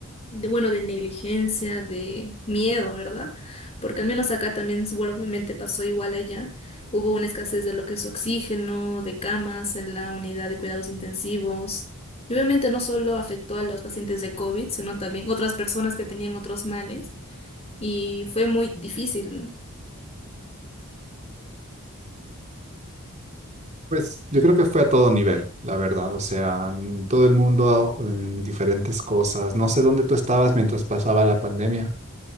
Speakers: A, on the left; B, on the right.
A: de bueno, de negligencia, de miedo, ¿verdad? Porque al menos acá también seguramente pasó igual allá. Hubo una escasez de lo que es oxígeno, de camas en la unidad de cuidados intensivos. Y obviamente no solo afectó a los pacientes de COVID, sino también otras personas que tenían otros males. Y fue muy difícil, ¿no?
B: Pues yo creo que fue a todo nivel, la verdad. O sea, mm, todo el mundo en diferentes cosas. No sé dónde tú estabas mientras pasaba la pandemia.